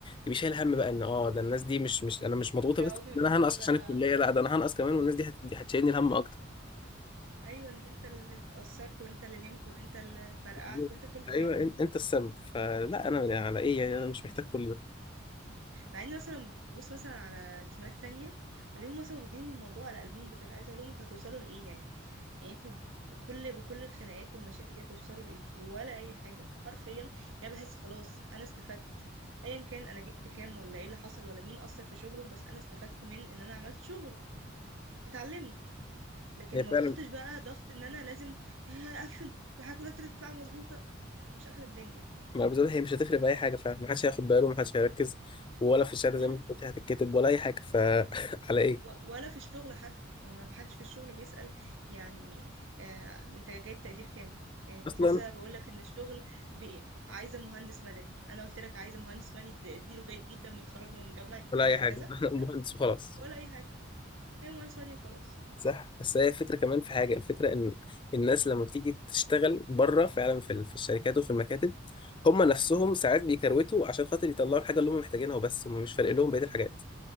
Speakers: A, on the left; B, on the right.
A: تبقي شايل هم بقى ان اه ده الناس دي مش مش انا مش مضغوطة
B: هيقعدوا
A: بس
B: يقولوا
A: ان انا هنقص
B: لي بقى
A: عشان الكلية لا ده انا هنقص كمان والناس دي هت- دي هتشيلني الهم اكتر
B: ايوه ان انت اللي اتأثرت وانت اللي نمت وانت اللي اتمرقعت
A: بالظبط.
B: وانت كل الحاجات
A: ايوه
B: دي
A: إن- انت السبب فلا انا على ايه يعني انا مش محتاج كل ده
B: مع اني مثلا ببص مثلا على تيمات تانية بلاقيهم مثلا واخدين الموضوع على قلبهم بطريقه عايزه اقول لهم انتوا هتوصلوا لايه يعني يعني انتوا بكل بكل الخناقات والمشاكل دي هتوصلوا لايه ولا اي حاجه حرفيا يعني بحس خلاص انا استفدت ايا كان انا جبت كام ولا ايه اللي حصل ولا مين اثر في شغله بس انا استفدت من ان انا عملت شغل اتعلمت لكن
A: هي
B: ما
A: فعلا
B: بحطش بقى ضغط ان انا لازم يا اقفل والحاجات تطلع مظبوطه مش اخر الدنيا
A: ما بالظبط هي مش هتفرق في اي حاجه فعلا محدش هياخد باله ومحدش هيركز ولا في الشهاده
B: امم
A: زي ما انت قلت هتتكتب ولا اي حاجه فعلى <laughs> ايه
B: ولا في الشغل حتى يعني ما حدش في الشغل بيسأل يعني آه انت جايب تقدير كام آه كنت
A: اصلا
B: لسه بقول لك ان الشغل بي... عايزه مهندس مدني انا قلت لك عايزه مهندس مدني تقديره جيد جدا متخرج من جامعه
A: ولا
B: آه،
A: اي حاجه
B: كذا
A: <laughs> مهندس
B: لا
A: وخلاص
B: ولا اي حاجه هي مهندس مدني وخلاص
A: صح بس هي الفكره كمان في حاجه الفكره ان الناس لما بتيجي تشتغل بره فعلا في ال- في الشركات وفي المكاتب هم نفسهم ساعات بيكروتوا عشان خاطر يطلعوا الحاجه اللي هم محتاجينها وبس هم مش فارق لهم بقيه الحاجات